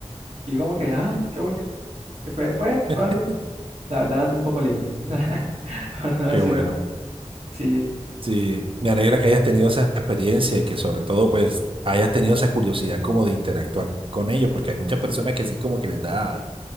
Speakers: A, on the right (about 70°); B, on the right (about 50°).
A: Y yo como que, ah, qué bonito. Y Fue, fue,
B: <laughs>
A: fue algo, la verdad, un poco lindo, <laughs> por no decirlo.
B: Qué bueno.
A: Sí,
B: Sí, me alegra que hayas tenido esa experiencia y que sobre todo pues hayas tenido esa curiosidad como de interactuar con ellos, porque hay muchas personas que sí como que les da,